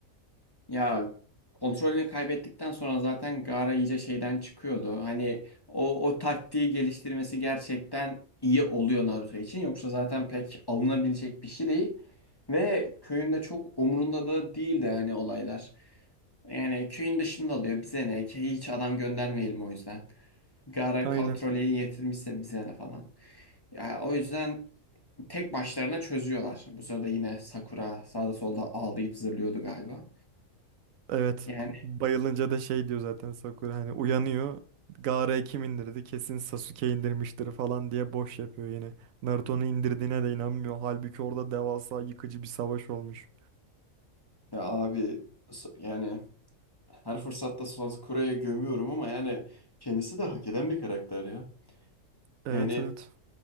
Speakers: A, on the left (about 20°); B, on the right (about 80°).
A: Ya kontrolünü kaybettikten sonra zaten Gaara iyice şeyden çıkıyordu. Hani o, o taktiği geliştirmesi gerçekten iyi oluyor Naruto için. Yoksa zaten pek alınabilecek bir şey değil. Ve köyünde çok umurunda da değildi hani olaylar. Yani köyün dışında oluyor bize ne ki hiç adam göndermeyelim o yüzden. Gaara
B: Aynen.
A: kontrolü yetirmişse bize ne falan. Ya, o yüzden tek başlarına çözüyorlar. Bu sırada yine Sakura sağda solda ağlayıp zırlıyordu galiba.
B: Evet.
A: Yani.
B: Bayılınca da şey diyor zaten Sakura hani uyanıyor. Gaara'ya kim indirdi? Kesin Sasuke indirmiştir falan diye boş yapıyor yine. Naruto'nun indirdiğine de inanmıyor. Halbuki orada devasa yıkıcı bir savaş olmuş.
A: Ya abi s- yani her fırsatta Suakure'ye gömüyorum ama yani kendisi de hak eden bir karakter ya.
B: Evet
A: Yani
B: evet.